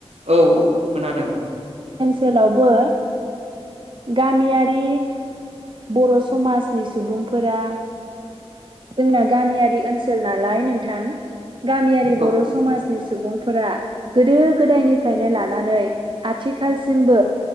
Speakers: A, on the right (about 70°); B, on the right (about 50°).
A: औ औ खोनादों
B: सोलावबो गामियारि बर' समाजनि सुबुंफोरा जोंना गामियारि ओनसोल नालाय नों थां गामियारि
A: औ
B: बर' समाज नि सुबुंफोरा गोदो गोदायनिफ्रायनो लान नै आथिखालसिमबो